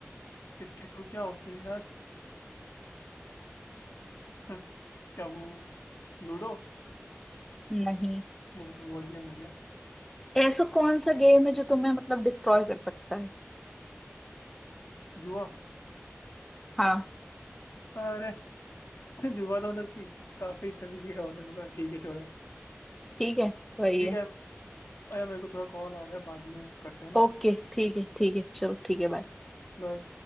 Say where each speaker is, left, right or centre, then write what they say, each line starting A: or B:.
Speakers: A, on the left; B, in the centre.
A: फिफ्टी टू क्या होते हैं <laughs> हाँ, क्या वो लूडो
B: नहीं
A: नहीं वो तो बोर्ड गेम हो गया
B: ऐसा कौन सा गेम है जो तुम्हें मतलब डिस्ट्रॉय कर सकता है
A: जुआ
B: हाँ
A: अरे <laughs> जुआ तो मतलब कि काफी तरीके का हो सकता है ठीक है छोड़ो
B: ठीक है वही
A: ठीक
B: है
A: है अरे मेरे को थोड़ा कॉल आ रहा है बाद में करते हैं ना
B: ओके ठीक है ठीक है चलो ठीक है बाय
A: बाय